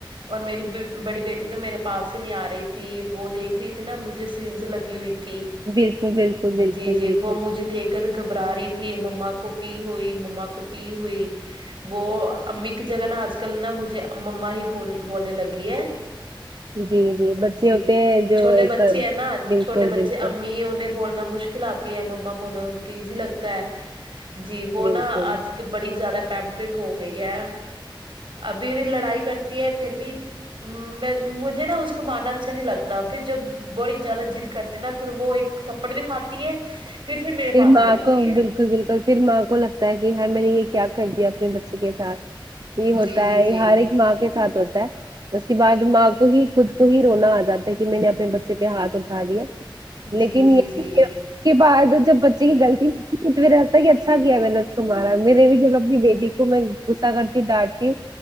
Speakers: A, on the right; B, on the right.
A: اور میری بڑی بیٹی تو میرے پاس ہی نہیں آ رہی تھی وہ دیکھ رہی تھی نا مجھے سرینس لگی ہوئی تھی تھی
B: بالکل بالکل بالکل
A: جی جی
B: بالکل
A: وہ مجھے دیکھ ر گھبرا رہی تھی مما کو پی ہوئی مما کو پی ہوئی وہ امی کی جگہ نا آج کل نا مجھے مما ہی بول بولنے لگی ہے
B: جی بچے
A: جی
B: ہوتے ہیں جو
A: چھوٹے
B: ایک
A: بچے
B: بالکل
A: ہیں نا چھوٹے بچے
B: بالکل
A: امی انہیں بولنا مشکل آتی ہے مما بولنا ان کو ایزی لگتا ہے جی وہنا
B: بالکل
A: آج بڑی زیادہ پمپرنگ ہو گئی ہے ابھی بھی لڑائی کرتی ہے پھر بھی می مجھے نا اس کو مارنا اچھا نہیں لگتا پھر جب بڑی جیادہ جد کرت نا پھر وہ ایک تھپڑ بھی کھاتی ہے پھر پھر میرے پاس
B: ماں
A: ہی آتی
B: کو
A: ہے
B: بالکل بالکل پھر ماں کو لگتا ہے کہ ہر میں نے یہ کیا کر دیا اپنے بچے کے ساتھ یہ ہوتا
A: جی جی
B: ہے
A: جی
B: یہ ہر ایک ماں کے ساتھ ہوتا ہے اس کے بعد ماں کو ہی خود کو ہی رونا آ جاتا ہے کہ میں نے اپنے بچے پہ ہاتھ اٹھا دیا
A: جی
B: لیکن
A: جی
B: یہ
A: جی
B: کے بعد جب بچے کی غلطی ہوتی تو رہتا ہے کہ اچھا کیا میں نے مارا میرے بھی جب اپنی بیٹی میں غصہ کرتی ہوں ڈانٹی ہوں